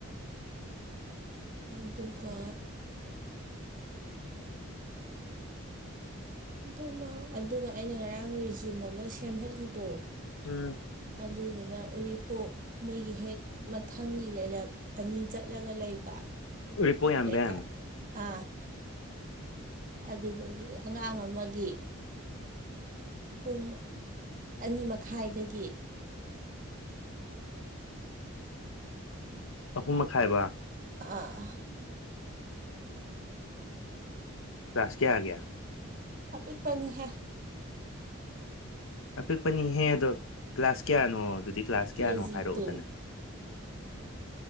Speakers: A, on the right; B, on the left.
A: ꯑꯗꯨꯒ ꯑꯗꯨꯃ ꯑꯗꯨꯒ ꯑꯩꯅ ꯉꯔꯥꯡ ꯔꯤꯖꯨꯝ ꯑꯃ ꯁꯦꯝꯍꯜꯂꯤꯗꯣ
B: ꯎꯝ
A: ꯑꯗꯨꯗꯨꯅ ꯎꯔꯤꯄꯣꯛ ꯃꯣꯏꯒꯤ ꯍꯦꯛ ꯃ ꯃꯊꯪꯒꯤ ꯂꯩꯔꯛ ꯑꯅꯤ ꯆꯠꯂꯒ ꯂꯩꯕ
B: ꯎꯔꯤꯄꯣꯛ ꯌꯥꯝꯕꯦꯝ
A: ꯂꯩꯀꯥꯏ ꯑ ꯑꯗꯨꯗꯒꯤ ꯑꯉꯥꯡ ꯑꯃꯒꯤ ꯄꯨꯡ ꯑꯅꯤ ꯃꯈꯥꯏꯗꯒꯤ
B: ꯑꯍꯨꯝ ꯃꯈꯥꯏꯕ
A: ꯑꯥ
B: ꯀ꯭ꯂꯥꯁ ꯀꯌꯥꯒꯤ?
A: ꯑꯄꯤꯛꯄꯅꯤꯍꯦ
B: ꯑꯄꯤꯛꯄꯅꯤꯍꯦ ꯑꯗꯣ ꯀ꯭ꯂꯥꯁ ꯀꯌꯥꯅꯣ ꯑꯗꯨꯗꯤ ꯀ꯭ꯂꯥꯁ ꯀꯌꯥꯅꯣ
A: ꯀꯦ ꯖꯤ
B: ꯍꯥꯏꯔꯛꯎꯗꯅ꯫
A: <inaudible>